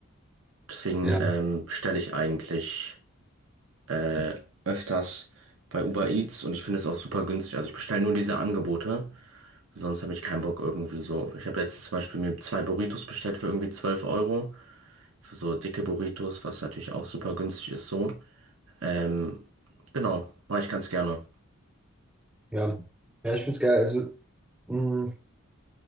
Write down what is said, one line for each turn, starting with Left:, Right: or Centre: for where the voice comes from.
Right: deswegen
Centre: Ja.
Right: ähm, bestelle ich eigentlich äh, öfters bei Uber Eats und ich finde es auch super günstig. Also ich bestelle nur diese Angebote. Sonst habe ich keinen Bock irgendwie so. Ich habe letztens zum Beispiel mir zwei Burritos bestellt für irgendwie 12 Euro. Für so dicke Burritos, was natürlich auch super günstig ist so. Ähm, genau, mache ich ganz gerne.
Centre: Ja. Ja, ich finde es geil. Also mm,